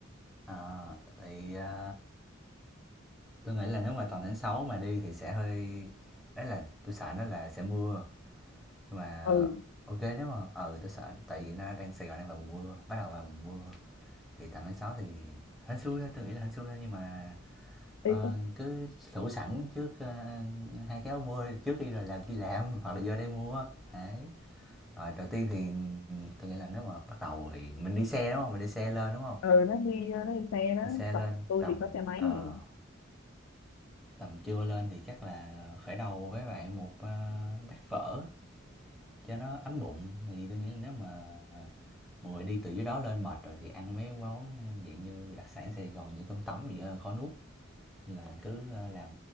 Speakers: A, in the centre; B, on the left (about 85°).
A: Ờ, thì à, tôi nghĩ là nếu mà tầm tháng 6 mà đi thì sẽ hơi, đấy là tôi sợ nó là sẽ mưa. Nhưng mà
B: ừ
A: ok nếu mà, ừ tôi sợ, tại vì nó đang Sài Gòn đang vào mùa mưa, bắt đầu vào mùa mưa. thì tầm tháng 6 thì hên xui thôi tôi nghĩ là hên xui thôi nhưng mà
B: đi
A: ờ,
B: có
A: cứ thủ sẵn trước ờ, hai cái áo mưa trước khi rồi làm chi làm <laughs> hoặc là vô đây mua đấy rồi đầu tiên thì tôi nghĩ là nếu mà bắt đầu thì mình đi xe đúng không mình đi xe lên đúng không
B: ừ nó đi nó đi xe đó
A: đi xe
B: còn
A: lên
B: tôi
A: tầm
B: thì có xe máy
A: ờ,
B: này
A: tầm trưa lên thì chắc là khởi đầu với bạn một ờ, bát phở cho nó ấm bụng thì tôi nghĩ là nếu mà mọi người đi từ dưới đó lên mệt rồi thì ăn mấy món dạng như đặc sản Sài Gòn như cơm tấm gì đó, khó nuốt là cứ ờ, làm